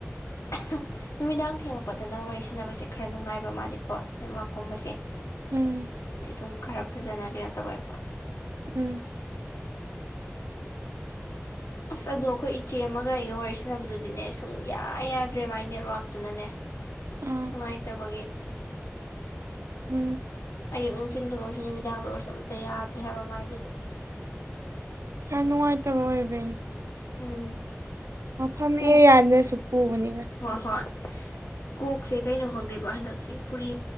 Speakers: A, on the left (about 80°); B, on the right (about 75°).
A: <inaudible> ꯅꯨꯃꯤꯗꯥꯡ ꯊꯦꯡꯉꯛꯄꯗꯅ ꯋꯥꯔꯤ ꯁꯥꯟꯅꯕꯁꯦ ꯈꯔ ꯅꯨꯡꯉꯥꯏꯕ ꯃꯥꯜꯂꯤꯀꯣ ꯅꯦꯠꯋꯥꯛꯀꯨꯝꯕꯁꯦ
B: ꯎꯝ
A: ꯑꯗꯨꯝ ꯈꯔ ꯐꯖꯅ ꯀꯩꯅꯣ ꯇꯧꯋꯦꯕ꯫
B: ꯎꯝ꯫
A: ꯑꯁ ꯑꯗꯣ ꯑꯩꯈꯣꯏ ꯏꯆꯦ ꯑꯃꯒ ꯑꯩꯒ ꯋꯥꯔꯤ ꯁꯥꯟꯅꯕꯗꯨꯗꯤꯅꯦ ꯁꯨꯡ ꯌꯥ ꯌꯥꯗ꯭ꯔꯦ ꯃꯥꯏ ꯅꯦꯠꯋꯥꯛꯇꯨꯅꯅꯦ꯫
B: ꯑꯥ
A: ꯅꯨꯡꯉꯥꯏꯇꯕꯒꯤ
B: ꯎꯝ
A: ꯑꯌꯨꯛ ꯅꯨꯡꯊꯤꯟꯜꯗ ꯑꯣꯏꯔꯁꯨ ꯅꯨꯃꯤꯗꯥꯡꯗ ꯑꯣꯏꯔꯁꯨ ꯑꯝꯇ ꯌꯥꯗꯦ ꯍꯥꯏꯕ ꯃꯥꯏꯗꯨꯗꯤ
B: ꯌꯥꯝ ꯅꯨꯡꯉꯥꯏꯇꯕ ꯑꯣꯏꯕꯩꯅꯦ
A: ꯎꯝ
B: ꯃꯐꯝ
A: ꯀꯣꯛ
B: ꯑꯦꯔꯤꯌꯥꯗꯁꯨ ꯄꯨꯕꯅꯤꯅ
A: ꯍꯣꯏ ꯍꯣꯏ ꯀꯣꯛꯁꯦ ꯀꯩꯅꯣ ꯈꯪꯗꯦꯕ ꯍꯟꯗꯛꯁꯦ ꯐꯨꯔꯤ